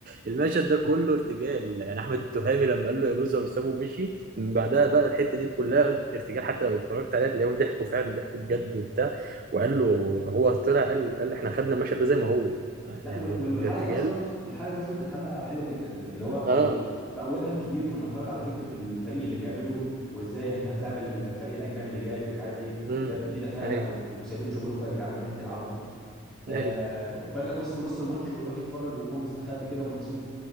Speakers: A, on the right (about 40°); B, in the centre.
A: المشهد ده كله ارتجال يعني احمد التهامي لما قال له يا لوزر وسابه ومشي من بعدها بقى الحته دي كلها ارتجال حتى لو اتفرجت عليها تلاقيهم ضحكوا فعلا ضحكوا بجد وبتاع وقال له هو طلع قال قال احنا خدنا المشهد ده زي ما هو يعني
B: لا وال- وال-
A: بالارتجال
B: والحلقه دي اصلا والحلقه دي اصلا كانت حلقه حلوه جدا اللي هو اول
A: اه
B: في اولها الكبير كان معترض على فكره الفريق اللي بيعمله وازاي انت هتلاعب الفريق الاجنبي اللي جاي ومش عارف ايه
A: امم
B: وده ودي تفاهه
A: ايوه
B: وان- وانتوا سايبين شغلكم يا جدعان ورايحين تلعبوا آه
A: ايوه
B: وفجأة فوز في نص الماتش انه يروح يتفرج وهو مستخبي كده ومكسوف